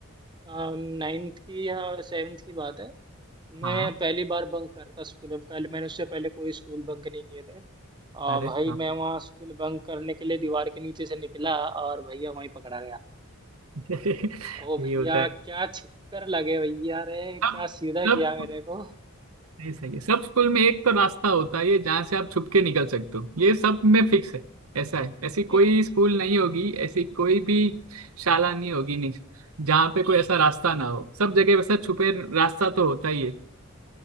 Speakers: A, on the right (about 20°); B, on the right (about 85°).
A: नाइन्थ की या सेवेंथ की बात है मैं
B: हाँ
A: पहली बार बंक करता स्कूल में कल मैंने उससे पहले कोई स्कूल बंक नहीं किए थे आ,
B: अरे
A: भाई
B: हाँ
A: मैं वहाँ स्कूल बंक करने के लिए दीवार के नीचे से निकला और भैया वहीं पकड़ा गया
B: <laughs>
A: ओ
B: यही
A: भैया
B: होता है
A: क्या छिक्कर लगे भैया रे
B: तब
A: क्या सीधा
B: तब
A: किया मेरे को
B: नहीं सही है सब स्कूल में एक तो रास्ता होता है ये जहाँ से आप छुप के निकल सकते हो ये सब में फिक्स है ऐसा है ऐसी
A: <laughs>
B: कोई स्कूल नहीं होगी ऐसी कोई भी शाला नहीं होगी नहीं जहाँ पे कोई ऐसा रास्ता ना हो सब जगह वैसा छुपे रास्ता तो होता ही है